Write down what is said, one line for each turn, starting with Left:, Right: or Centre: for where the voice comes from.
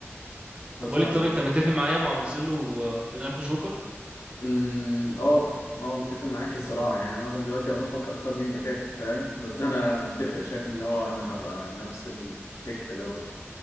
Left: مثلا
Right: طب قول لي طب انت متفق معايا مع مارسيلو ودينالفو شوكر
Left: أمم، أه أه متفق معاك الصراحة يعني أنا أصلا دلوقتي عمال أفكر أختار مين باكات فاهم بس أنا متفق شايف إن هو أنا هبقى نفس الفكر ده برضه